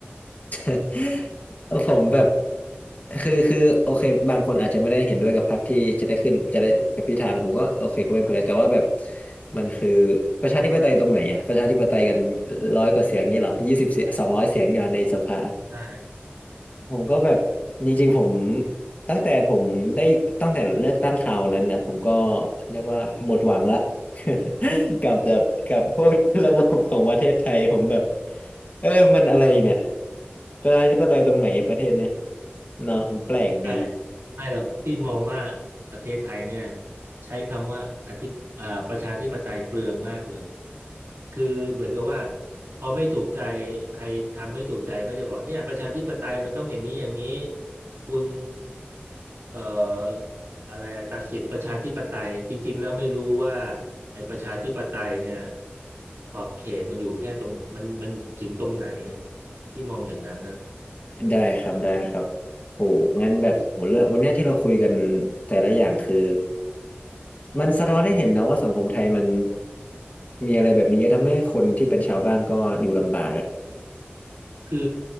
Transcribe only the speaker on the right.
ใช่
ใช่ไม่หรอกพี่มองว่าประเทศไทยเนี่ยใช้คำว่าอธิเอ่อประชาธิปไตยเปลืองมากเลย คือเหมือนกับว่าพอไม่ถูกใจใครทำไม่ถูกใจก็จะบอกเนี่ยประชาธิปไตยมันต้องอย่างนี้อย่างนี้คุณเอ่ออะไรอะตัดสิทธิประชาธิปไตยจริงๆแล้วไม่รู้ว่าไอ้ประชาธิปไตยเนี่ยขอบเขตมันอยู่แค่ตรงมันมันถึงตรงไหนเนี่ยที่มองอย่างนั้นนะ
คือ